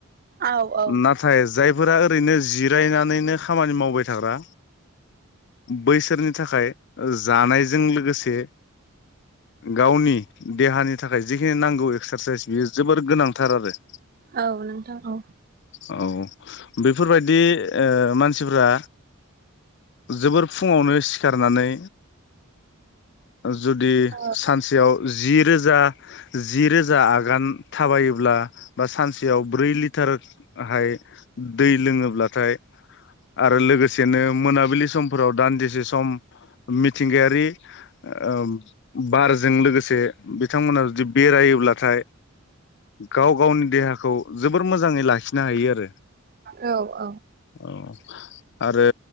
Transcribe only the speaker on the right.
औ औ
औ नोंथां औ
औ
औ